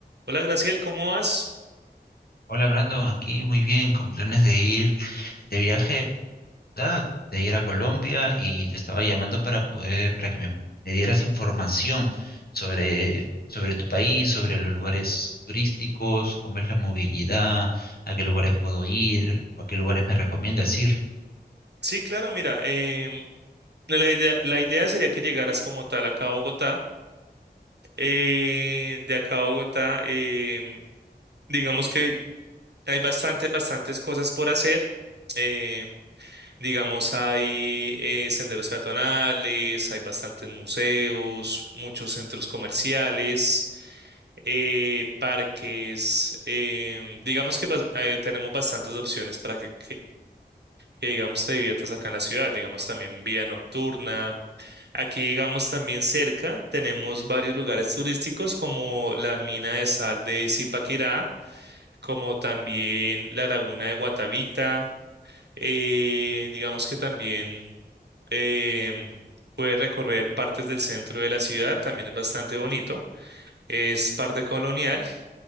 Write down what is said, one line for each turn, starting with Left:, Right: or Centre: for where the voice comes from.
Right: Hola Graciel, ¿cómo vas?
Left: Hola Brandon, aquí muy bien, con planes de ir de viaje, ¿verdad? De ir a Colombia y te estaba llamando para poder, para que me, me dieras información sobre, sobre tu país, sobre los lugares turísticos, cómo es la movilidad, a qué lugares puedo ir, o a qué lugares me recomiendas ir.
Right: Sí, claro, mira, em, la idea, la idea sería que llegaras como tal acá a Bogotá. Eh, de acá a Bogotá, em, digamos que hay bastantes, bastantes cosas por hacer. Eh, digamos, hay eh, senderos peatonales, hay bastantes museos, muchos centros comerciales, eh, parques. em, digamos que bas- eh, tenemos bastantes opciones para que, que digamos te diviertas acá en la ciudad, digamos también vía nocturna. Aquí digamos también cerca tenemos varios lugares turísticos como la mina de sal de Zipaquirá, como también la laguna de Guatavita, eh, digamos que también em, puedes recorrer partes del centro de la ciudad, también es bastante bonito. Es parte colonial,